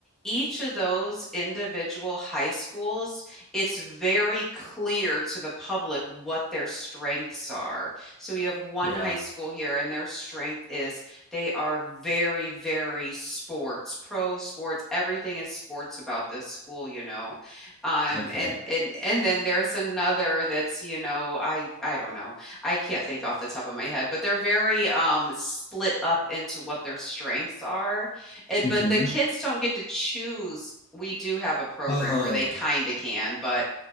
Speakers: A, in the centre; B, on the left (about 20°).
A: each of those individual high schools, it's very clear to the public what their strengths are. So we have one
B: yeah,
A: high school here, and their strength is they are very, very sports, pro sports. Everything is sports about this school, you know. Um,
B: okay,
A: and and and then there's another that's, you know, I I don't know. I can't think off the top of my head, but they're very um split up into what their strengths are. And,
B: hmm
A: but the kids don't get to choose. We do have a program
B: oh,
A: where they kind of can, but